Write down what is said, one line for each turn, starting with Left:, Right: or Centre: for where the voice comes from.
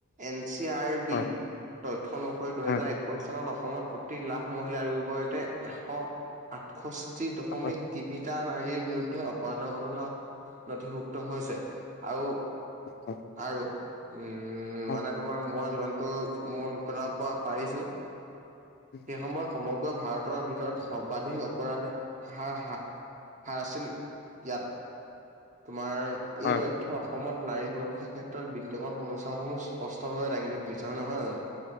Right: এন চি আৰ বি
Left: হয়,
Right: তথ্য অনুসৰি দুহেজাৰ
Left: হয়,
Right: একৈশ চনত অসমত প্ৰ লাখ মহিলাৰ বিপৰীতে এশ আঠষষ্ঠি দশমিক
Left: হয়,
Right: তিনিটা নাৰীৰ বিৰুদ্ধে অপৰাধৰ ঘটনা নথিভুক্ত হৈছে আৰু
Left: হয়,
Right: আৰু উম
Left: হয়,
Right: মানে তোমাৰ মই যিমানটো মনত পেলাব পৰা পাৰিছো
Left: উম,
Right: সেই সময়ত সমগ্ৰ ভাৰতৰ ভিতৰত সৰ্বাধিক অপৰাধ হাৰ হা হাৰ আছিল ইয়াত তোমাৰ
Left: হয়,
Right: এই তথ থ্য অসমত নাৰী সুৰক্ষাৰ ক্ষেত্ৰত বিদ্যমান সমস্যাসমূহ স্পষ্ট ভাৱে দাঙি ধৰিছে হয় নহয় জানো